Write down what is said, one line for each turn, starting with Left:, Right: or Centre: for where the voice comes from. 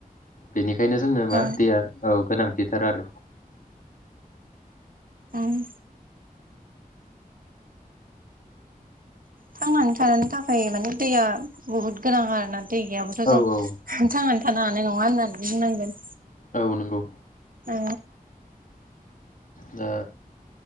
Left: बेनिखायनो खायनो जोंनो मा
Right: औ
Left: दैया औ गोनांथि थिथार आरो।
Right: उम थांनानै थानो थाखाय माने दैया बुहुत गोनां आरोना दै गैयाब्लाथ'
Left: औ
Right: जों
Left: औ
Right: थांनानै थानो ह हानाय नङा होननानै बुंनांगोन
Left: औ नंगौ
Right: औ
Left: दा